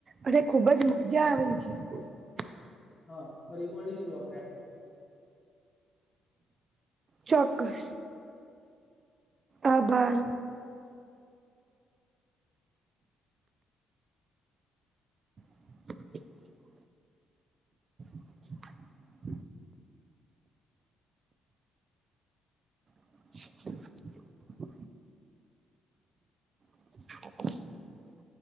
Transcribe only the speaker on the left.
હા ફરી મળીશું આપડે.